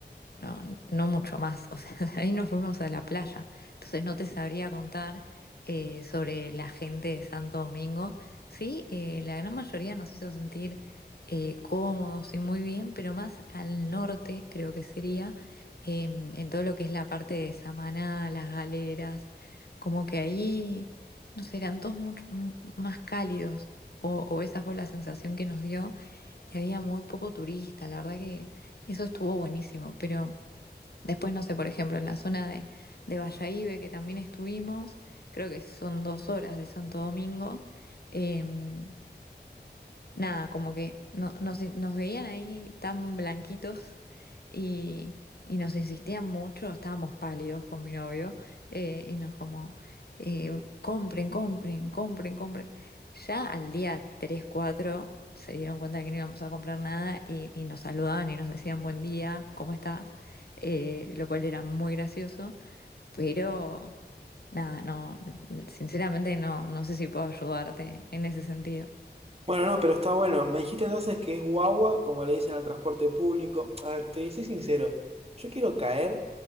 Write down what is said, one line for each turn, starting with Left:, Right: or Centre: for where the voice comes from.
Left: no, no mucho más. O sea, <laughs> de ahí nos fuimos a la playa. Entonces no te sabría contar eh, sobre la gente de Santo Domingo. Sí, eh, la gran mayoría nos hizo sentir eh, cómodos y muy bien, pero más al norte creo que sería, em, en todo lo que es la parte de Samaná, las galeras, como que ahí, no sé, eran todos mucho m- más cálidos, o, o esa fue la sensación que nos dio, y había muy poco turista, la verdad que... Eso estuvo buenísimo, pero después, no sé, por ejemplo, en la zona de, de Bayahibe, que también estuvimos, creo que son dos horas de Santo Domingo, em, nada, como que no, nos, nos veían ahí tan blanquitos y, y nos insistían mucho, estábamos pálidos con mi novio eh, y nos como, eh, compren, compren, compren, compren. Ya al día 3 4 se dieron cuenta de que no íbamos a comprar nada y, y nos saludaban y nos decían buen día, ¿cómo estás? Eh, lo cual era muy gracioso, pero nada, no, sinceramente no, no sé si puedo ayudarte en ese sentido.
Right: Bueno, no, pero está bueno. Me dijiste entonces que es guagua, como le dicen al transporte público. A ver, te soy sincero, yo quiero caer